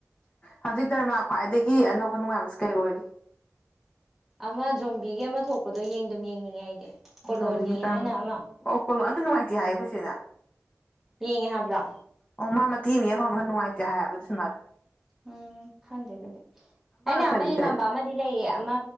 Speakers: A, on the left (about 25°); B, in the centre.
A: ꯍꯧꯖꯤꯛ ꯗꯔꯃꯥ ꯈ꯭ꯋꯥꯏꯗꯒꯤ ꯑꯅꯧꯕ ꯅꯨꯡꯉꯥꯏꯕꯁꯤ ꯀꯩ ꯑꯣꯏꯔꯤ
B: ꯑꯃ ꯖꯣꯝꯕꯤꯒꯤ ꯑꯃ ꯊꯣꯛꯄꯗꯣ ꯌꯦꯡꯗꯨꯝ ꯌꯦꯡꯅꯤꯡꯉꯦ ꯑꯩꯗꯤ ꯀꯣꯂꯣꯅꯤ
A: ꯏꯇꯣꯝꯕꯤꯒꯤ ꯀꯔꯝꯕ
B: ꯍꯥꯏꯅ ꯑꯃ
A: ꯑꯣ ꯀꯣꯂꯣ ꯑꯗꯨ ꯅꯨꯡꯉꯥꯏꯇꯦ ꯍꯥꯏꯌꯦ ꯑꯩꯈꯣꯢ ꯆꯦꯅ
B: ꯌꯦꯡꯉꯦ ꯍꯥꯏꯕ꯭ꯔꯥ
A: ꯑꯣ ꯃꯥ ꯃꯇꯦꯛ ꯑꯃ ꯌꯦꯡ ꯍꯧꯔꯝꯃꯒ ꯅꯨꯡꯉꯥꯏꯇꯦ ꯍꯥꯏꯕ ꯑꯗꯨꯢ ꯁꯤꯃꯗꯣ
B: ꯎꯝ ꯈꯪꯗꯦ ꯑꯗꯨꯗꯤ ꯑꯩꯅ
A: ꯀꯔꯤ
B: ꯑꯃ ꯌꯦꯡꯉꯝꯕ
A: ꯀꯔꯤ
B: ꯑꯃꯗꯤ ꯂꯩꯌꯦ ꯑꯃ